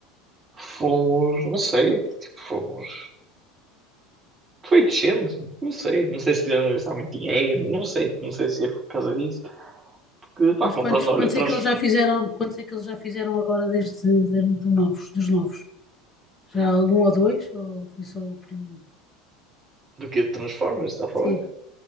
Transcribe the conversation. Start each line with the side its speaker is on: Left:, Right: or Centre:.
Right: fomos, não sei, tipo, fomos. Foi descendo, não sei. Não sei se quiseram gastar muito dinheiro, não sei. Não sei se é por causa disso. Porque, pá,
Left: mas
Right: comprando,
Left: quantos, quantos
Right: olha, trans...
Left: é que eles já fizeram? Quantos é que eles já fizeram agora desde de, de novos, dos novos? Já algum ou dois? Ou foi só o primeiro?
Right: do que Transformers, está a falar?
Left: Sim.